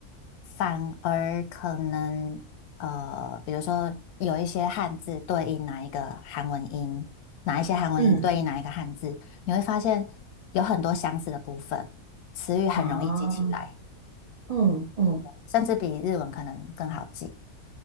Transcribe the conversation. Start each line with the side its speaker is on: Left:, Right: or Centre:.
Left: 反而可能呃，比如说有一些汉字对应哪一个韩文音，哪一些韩文音对应哪一个汉字，
Right: 嗯
Left: 你会发现有很多相似的部分，词语很容易记起来，
Right: 啊，嗯嗯，
Left: 甚至比日文可能更好记。